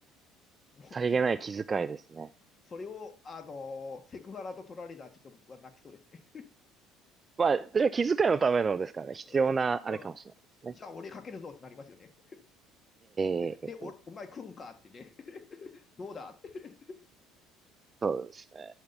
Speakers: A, on the left; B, on the right.
A: もう、
B: さりげない気遣いですね。
A: それを、あの、セクハラと取られたら、ちょっと僕は泣きそうですね。
B: まあ、それは気遣いのためのですからね。必要な、
A: うん、
B: あれかもしれないですね。
A: うん。じゃあ、俺かけるぞってなりますよね。
B: ええ
A: で、おお前食うんかってね、<laughs> どうだって。
B: そうですね。